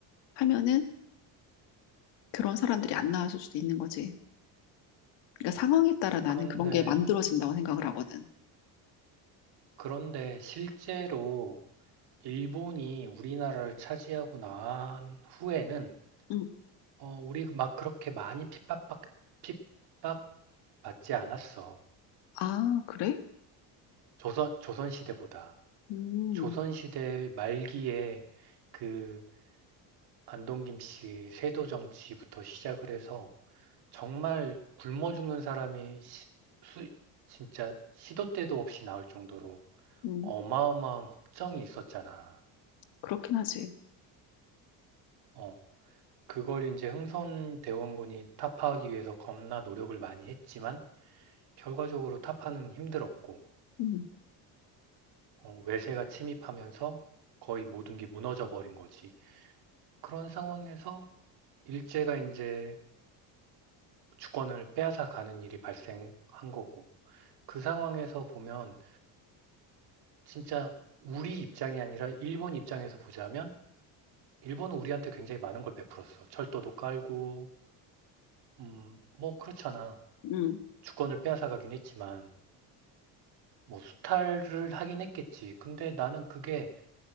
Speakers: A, on the left; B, on the right.
A: 하면은 그런 사람들이 안 나왔을 수도 있는 거지. 그러니까 상황에 따라 나는
B: 그런데
A: 그런 게 만들어진다고 생각을 하거든.
B: 그런데 실제로 일본이 우리나라를 차지하고 난 후에는
A: 응.
B: 어, 우리 막 그렇게 많이 핍박받, 핍박받지 않았어.
A: 아, 그래?
B: 조선, 조선시대보다.
A: 음,
B: 조선시대 말기에 그 안동김 씨 세도 정치부터 시작을 해서 정말 굶어 죽는 사람이 시- 수- 진짜 시도 때도 없이 나올 정도로
A: 음,
B: 어마어마한 혹정이 있었잖아.
A: 그렇긴 하지.
B: 어, 그걸 이제 흥선 대원군이 타파하기 위해서 겁나 노력을 많이 했지만 결과적으로 타파는 힘들었고
A: 음,
B: 어, 외세가 침입하면서 거의 모든 게 무너져 버린 거지. 그런 상황에서 일제가 이제 주권을 빼앗아 가는 일이 발생한 거고 그 상황에서 보면 진짜 우리 입장이 아니라 일본 입장에서 보자면 일본은 우리한테 굉장히 많은 걸 베풀었어. 철도도 깔고 음, 뭐 그렇잖아.
A: 음,
B: 주권을 빼앗아 가긴 했지만. 뭐 수탈을 하긴 했겠지. 근데 나는 그게